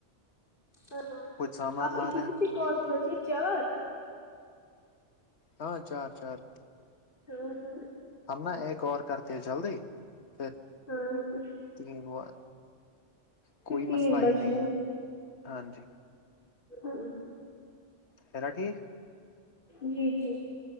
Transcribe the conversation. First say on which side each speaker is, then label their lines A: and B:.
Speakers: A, on the left; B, on the left.
A: ہاں ہاں
B: کچھ سامان
A: اب
B: لانے
A: اففو دی کی کالز بچے چار
B: ہاں چار چار
A: ہاں ہاں
B: ہم نا ایک اور کرتے ہیں جلدی پھر
A: ہاں ہاں
B: تین وہ کوئی
A: پھر تین
B: مسئلہ
A: بجتے
B: ہی نہیں
A: ہیں
B: ہے ہاں جی
A: ہاں
B: سرا ٹھیک
A: جی جی